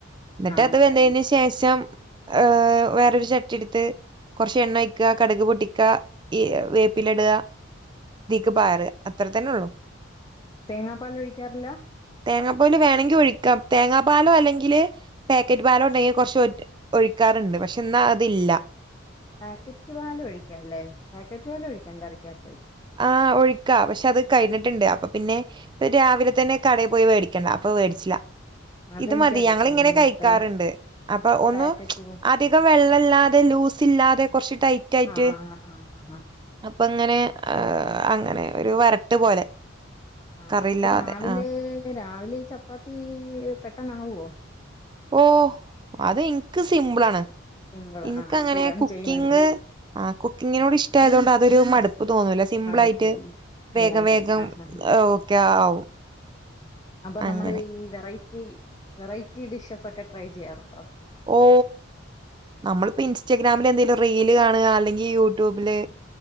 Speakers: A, on the right; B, on the left.
A: ന്ന്ട്ട്
B: ആഹ്
A: അത് വെന്തേയ്ന് ശേഷം ഏ വേറൊരു ചട്ടിട്ത്ത് കൊർച്ചെണ്ണോയ്ക്ക്യ കട്ക് പൊട്ടിക്ക ഈ വേപ്പിലടാ തീക്ക് പാര അത്രത്തെന്നൊള്ളു
B: തേങ്ങാപ്പാല് ഒഴിക്കാറില്ല
A: തേങ്ങാപ്പാല് വേണെങ്കി ഒഴിക്കാം തേങ്ങാ പാലോ അല്ലെങ്കില് പാക്കറ്റ് പാലോണ്ടെങ്കില് കൊർച്ചൊ ഒഴിക്കാറ്ണ്ട്
B: ആ.
A: പക്ഷെ ന്നതില്ല
B: പാക്കറ്റ് പാലൊഴിക്കാല്ലേ പാക്കറ്റ് പലൊഴിക്കാം കറിക്കകത്ത്
A: ആ ഒഴിക്ക പക്ഷെ അത് കഴിഞ്ഞിട്ട്ണ്ട് അപ്പൊ പിന്നെ രാവിലെ തന്നെ കടേ പോയി വേടിക്കണ്ടേ അപ്പൊ വേടിച്ചില
B: അതെനിക്കറിയത്തില്ല
A: ഇത് മതി ഞങ്ങളിങ്ങനെ
B: കേട്ടോ
A: കഴിക്കാറ്ണ്ട് അപ്പൊ ഒന്നും
B: പാക്കറ്റ് പ
A: അധികം വെള്ള ല്ല ല്ലാതെ ലൂസില്ലാതെ കൊർച്ച് ടൈറ്റായിട്ട്
B: ആഹ് ആഹ് ആഹ്
A: അപ്പങ്ങനെ ഏ അങ്ങനെ ഒരു വരട്ട് പോലെ
B: ആ
A: കറിയില്ലാതെ
B: അപ്പൊ രാവിലേ
A: ആ
B: രാവിലെ ഈ ചപ്പാത്തീ പെട്ടന്നാവോ
A: ഓ അത് ൻക്ക് സിമ്പ്ളാണ്
B: സിമ്പിൾ
A: ഇൻക്കങ്ങനെ
B: ആഹ് സ്ഥിരം
A: കുക്കിങ്
B: ചെയ്യുന്നെങ്കിൽ
A: ആ കുക്കിങ്ങിനോഷ്ടായതോണ്ട് അതൊരു മടുപ്പ പ്പ് തോന്നൂല സിംപ്ലായിട്ട്
B: മടുപ്പില്ല
A: വേഗം
B: എല്ലാം
A: വേഗം
B: ചെയ്യും ആഹ് ആഹ്
A: ഒക്കെ ആവും
B: അപ്പൊ
A: അങ്ങനെ
B: നമ്മൾ ഈ വെറൈറ്റി വെറൈറ്റി ഡിഷസ് ഒക്കെ ട്രൈ ചെയ്യാറുണ്ടോ
A: ഓ നമ്മളിപ്പോ ഇൻസ്റ്റാഗ്രാമില് എന്തെങ്കിലും റീല് കാണുക അല്ലെങ്കിൽ യൂട്യൂബില്